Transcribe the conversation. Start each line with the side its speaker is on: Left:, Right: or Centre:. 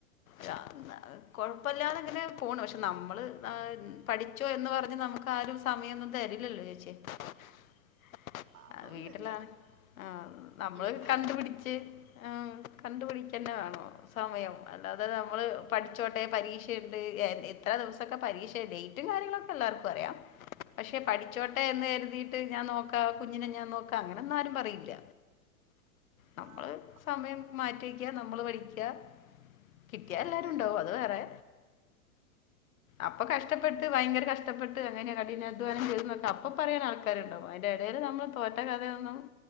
Left: രാ ന്നാല് കൊഴ പ്പല്ലാതെങ്ങനെ പോണു പക്ഷെ നമ്മള് പഠിച്ചോ എന്ന് പറഞ്ഞ് നമുക്ക് ആരും സമയൊന്നും തരില്ലല്ലോ ചേച്ചി <inaudible>
Right: അതൊന്നും
Left: അത് വീട്ടിലാ
Right: ഇല്ല
Left: ആ നമ്മള്
Right: വീട്ടിലുണ്ട്
Left: കണ്ടുപിടിച്ച് ഉം കണ്ടുപിടിക്കന്നെ വേണം സമയം അല്ലാതെ നമ്മൾ പഠിച്ചോട്ടെ പരീ <unintelligible> എത്ര ദിവസൊക്കെ പരീക്ഷ ഡേറ്റും കാര്യങ്ങളൊക്കെ എല്ലാവർക്കും അറിയാം പക്ഷെ പഠിച്ചോട്ടെ എന്ന് കരുതി ട്ട് ഞാൻ നോക്കാം കുഞ്ഞിനെ ഞാൻ നോക്കാം അങ്ങനെന്നാരും പറയില്ല നമ്മള്
Right: ആ
Left: സമയം മാറ്റി വെക്കുക നമ്മള് പഠിക്കുക കിട്ടിയാൽ
Right: ആഹ്
Left: എല്ലാവരും
Right: എന്തായാലും
Left: ഉണ്ടാവും അത് വേറെ അപ്പൊ കഷ്ടപ്പെട്ട് ഭയങ്കര കഷ്ടപ്പെട്ട് അങ്ങനെ കഠിനാധ്വാനം ചെയ്ന്നൊക്കെ അപ്പോ പറയൻ ആൾക്കാരുണ്ടാകും അതിന്റെ എടയിൽ നമ്മള് തോറ്റകഥയൊന്നും